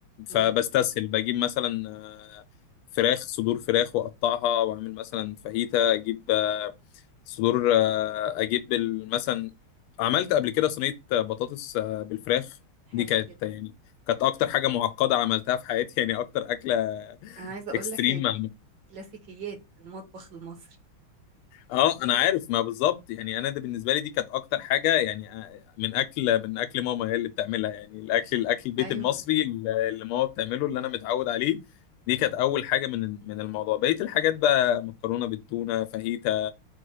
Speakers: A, on the left (about 85°); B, on the right (about 60°).
A: فبستسهل
B: امم
A: بجيب مثلا آه، فراخ صدور فراخ واقطعها واعمل مثلا فاهيتا اجيب آه، صدور آه، اجيب ال- مثلا عملت قبل كده صينيه بطاطس آه، بالفراخ
B: حلو
A: دي كانت
B: جدا
A: يعني كانت اكتر حاجه معقده عملتها في حياتي يعني اكتر اكله
B: انا عايزة اقول
A: اكستريم
B: لك هي دي كلاسيكيات المطبخ المصري
A: اه انا عارف ما بالظبط يعني انا ده بالنسبه لي دي كانت اكتر حاجه يعني آه، من اكل من اكل ماما هي اللي بتعملها يعني الاكل الاكل البيت
B: ايوه
A: المصري اللي اللي ماما بتعمله اللي انا متعود عليه دي كانت اول حاجه من من الموضوع بقيه الحاجات بقى مكرونه بالتونه فاهيتا